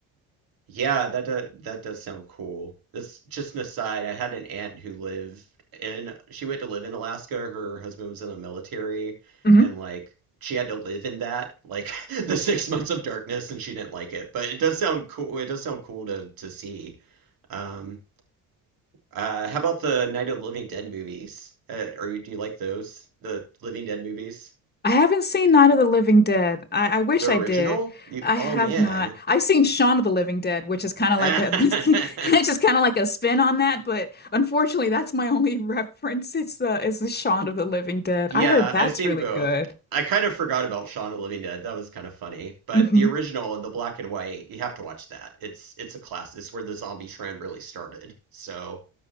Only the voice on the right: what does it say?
Yeah, that does, that does sound cool. This just an aside, I had an aunt who lived in she went to live in Alaska. Her husband was in the military
and like she had to live in that, like <laughs> the six months of darkness and she didn't like it. But it does sound cool. It does sound cool to to see. Um uh how about the Night of the Living Dead movies? Uh, are you do you like those? The Living Dead movies?
The
original?
You
oh
man.
<laughs>
Yeah,
I've seen
both.
I kind of forgot about Shaun of the Living Dead. That was kind of funny. But
the original, the black and white, you have to watch that. It's it's a class. It's where the zombie trend really started. So,